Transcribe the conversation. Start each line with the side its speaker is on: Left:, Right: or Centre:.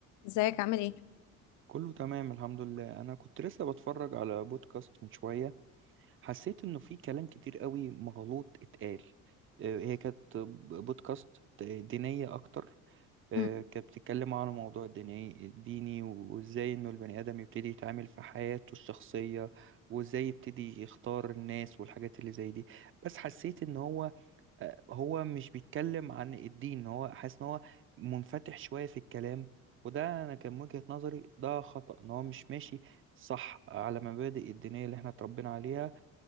Left: ازيك عامل ايه
Right: كله تمام الحمد لله انا كنت لسه بتفرج على بودكاست من شويه حسيت انه في كلام كتير قوي مغلوط اتقال آه، هي كانت بودكاست دينيه اكتر آه،
Left: مم.
Right: كانت بتتكلم على موضوع ديني ديني وازاي انه البني ادم يبتدي يتعامل في حياته الشخصيه وازاي يبتدي يختار الناس والحاجات اللي زي دي بس حسيت ان هو آه، هو مش بيتكلم عن الدين هو حاسس ان هو منفتح شوية في الكلام وده انا كان وجهة نظري ده خطأ ان هو مش ماشي صح على مبادئ الدينية اللي احنا اتربينا عليها